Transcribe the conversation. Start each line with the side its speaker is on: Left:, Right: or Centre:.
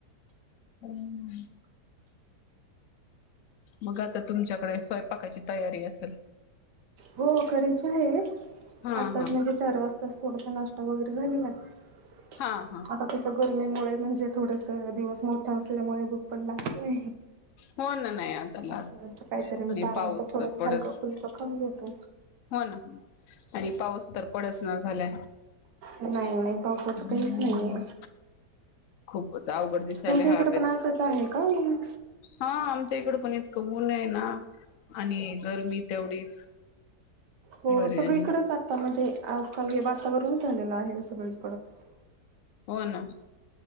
Left: हम्म मग आता तुमच्याकडे स्वयंपाकाची तयारी असेल
Right: हो करायची आहे
Left: हा
Right: आठ तास
Left: हा
Right: म्हणजे चार वाजतास थोडासा नाश्ता वगैरे झालेला आहे
Left: हा हा
Right: आता
Left: हा
Right: कसं करू निमुळे म्हणजे थोडसं दिवस मोठा असल्यामुळे भूक पण लागते
Left: हो ना नाही आता ला
Right: थोडस काहीतरी मी
Left: आणि
Right: चार
Left: पाऊस
Right: वाजता थोडस
Left: तर पडसं
Right: हलकं फुलकं खाऊन घेवू का
Left: हो ना आणि पाऊस तर पडस ना झालाय
Right: नाही नाही पावसाचं
Left: हम्म.
Right: काहीचं नाहीये
Left: खूपच अवघड दिसायला
Right: तुमच्या
Left: ह्या
Right: इकडे
Left: वेळेस
Right: पण असचं आहे का ऊन
Left: हा आमच्या इकडं पण इतकं ऊन आहे ना आणि गरमी तेवढीच
Right: हो
Left: बरी
Right: सगळीकडेच
Left: आणि
Right: आता म्हणजे आजकाल हे वातावरण झालेलं आहे सगळीकडंचो
Left: हो ना